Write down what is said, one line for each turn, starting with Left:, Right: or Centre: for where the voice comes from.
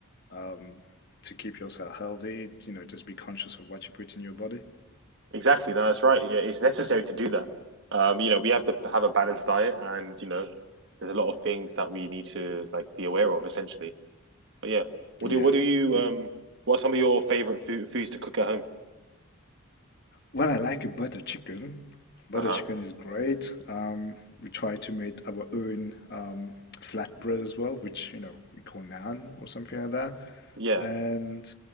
Left: Um, to keep yourself healthy, you know, just be conscious of what you put in your body.
Right: <laughs> exactly. No, that's right. Yeah, it's necessary to do that. Um, you know, we have to have a balanced diet, and you know, there's a lot of things that we need to like be aware of, essentially. But yeah, what
Left: Yeah.
Right: do what do you
Left: Y-
Right: um? What are some of your favorite food, foods to cook at home?
Left: Well, I like a butter chicken. Butter
Right: Uh huh.
Left: chicken is great. Um, we try to make our own um, flatbread as well, which you know we call naan or something like that.
Right: Yeah.
Left: And